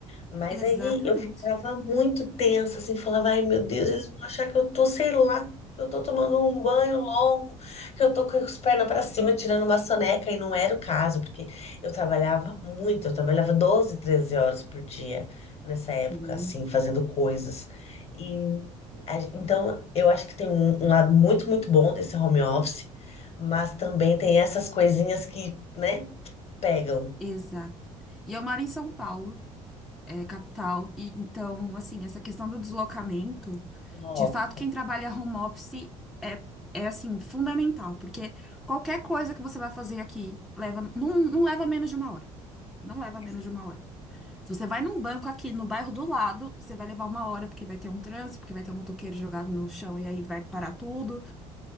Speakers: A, on the left; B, in the centre.
A: Mas
B: Exatamente.
A: aí eu ficava muito tensa, assim, falava, ai meu Deus, eles vão achar que eu tô, sei lá, que eu tô tomando um banho longo, que eu tô com as pernas para cima, tirando uma soneca, e não era o caso, porque eu trabalhava muito, eu trabalhava doze treze horas por dia nessa época,
B: Uhum.
A: assim, fazendo coisas. E a- então eu acho que tem um, um lado muito, muito bom desse home office, mas também tem essas coisinhas que, né? pegam.
B: Exato. E eu moro em São Paulo, é, capital, e então, assim, essa questão do deslocamento,
A: Ó,
B: de fato, quem trabalha home office é, é assim, fundamental, porque qualquer coisa que você vai fazer aqui leva, não, não leva menos de uma hora. Não leva
A: essa-
B: menos de uma hora. Se você vai num banco aqui no bairro do lado, você vai levar uma hora, porque vai ter um trânsito, porque vai ter um motoqueiro jogado no chão e aí vai parar tudo.